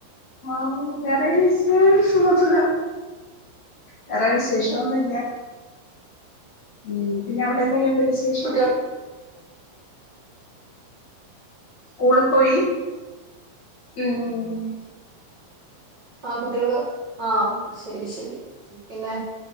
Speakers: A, on the left; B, on the right.
A: ആഹ് വേറെ വിശേഷന്നുത്തുല്ലാ വേറെ വിശേഷാെന്നു ഇല്ല ഉം പിന്നെ അവ്ടെ എന്തെയ്യ്ണ്ട് വിശേഷം
B: കുട്ടികൾ
A: സ്കൂള് പോയി ഉം
B: ആഹ് കുട്ടികൾക്ക് ആഹ് ശെരി ശെരി പിന്നെ